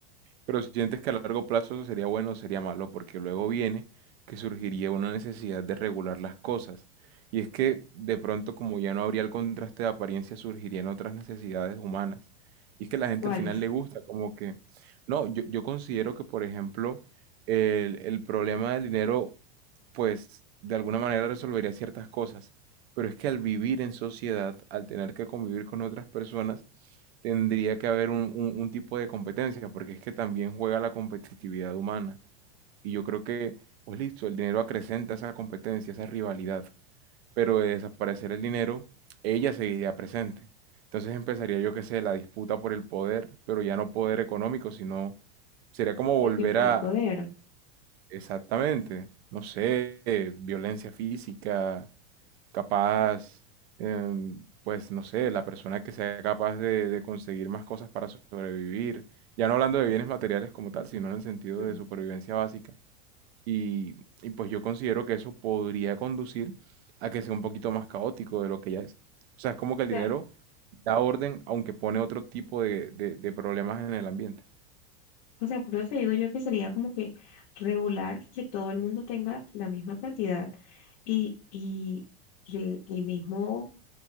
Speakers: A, on the right; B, on the left.
A: Pero si sientes que a largo plazo eso sería bueno o sería malo, porque luego viene que surgiría una necesidad de regular las cosas. Y es que de pronto, como ya no habría el contraste de apariencia, surgirían otras necesidades humanas. Y es que la gente
B: ¿Cuál
A: al final
B: es?
A: le gusta, como que... No, yo, yo considero que, por ejemplo, el, el problema del dinero pues de alguna manera resolvería ciertas cosas. Pero es que al vivir en sociedad, al tener que convivir con otras personas, tendría que haber un, un- un tipo de competencia, porque es que también juega la competitividad humana. Y yo creo que, pues listo, el dinero acrecenta esa competencia, esa rivalidad, pero de desaparecer el dinero, ella seguiría presente. Entonces empezaría, yo qué sé, la disputa por el poder, pero ya no poder económico, sino sería como
B: Otro
A: volver
B: tipo
A: a,
B: de poder.
A: Exactamente, no sé, eh, violencia física, capaz, em, pues no sé, la persona que sea capaz de, de conseguir más cosas para so- sobrevivir, ya no hablando de bienes materiales como tal, sino en el sentido
B: Mm.
A: de
B: O
A: supervivencia básica. Y, y pues yo considero que eso podría conducir a que sea un poquito más caótico de lo que ya es. O sea, es como que el
B: sea,
A: dinero da orden, aunque pone otro tipo de, de de problemas en el ambiente.
B: o sea, por eso te digo yo que sería como que regular que todo el mundo tenga la misma cantidad y, y, y el, el mismo